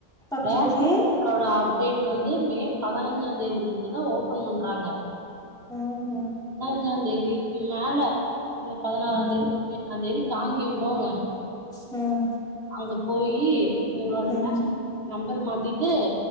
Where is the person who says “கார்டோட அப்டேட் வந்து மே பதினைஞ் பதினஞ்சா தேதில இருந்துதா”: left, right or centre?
Right